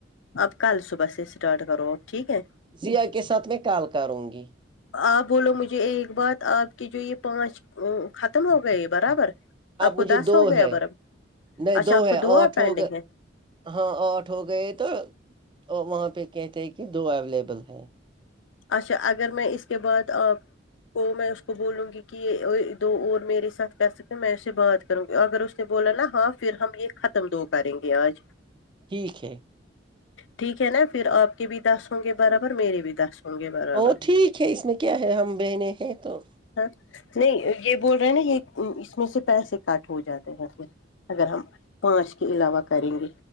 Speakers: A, on the left (about 80°); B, on the right (about 25°).
A: اب کل صبح سے اسٹارٹ کرو اپ ٹھیک ہے
B: یا کے ساتھ میں کال کروں گی
A: آپ بولو مجھے ایک بات آپ کی جو یہ پانچ ختم ہو گئے برابر
B: آپ
A: کو
B: مجھے
A: دس
B: دو
A: ہو گیا
B: ہے
A: برابر
B: نہیں
A: اچھا
B: دو
A: آپ
B: ہے
A: کو
B: آھ
A: اور پینڈنگ
B: ہو گئے
A: ہے
B: ہاں آٹھ ہو گئے تو وہاں پہ کہتے ہیں کہ دو اویلیبل ہے
A: اچھا اگر میں اس کے بعد آ تو میں اس کو بولوں گی کہ یہ دو اور میرے ساتھ کر سکے میں اسے بات وں گ اگر اس نے بولا نا ہاں پھر ہم یہ ختم دو کریں گے آج
B: ٹھیک ہے
A: ٹھیک ہے نا پھر آپ کے بھی دس ہوں گے برابر میرری بھی دس ہوں گے برابر
B: او ٹھیک ہے اس میں کیا ہے ہم بہنیں ہیں تو
A: ہاں نہیں یہ بول رہے ہیں نا یہ اس میں سے پیسے کاٹ ہو جاتے ہیں پھر اگر ہم پانچ کے علاوہ کریں گے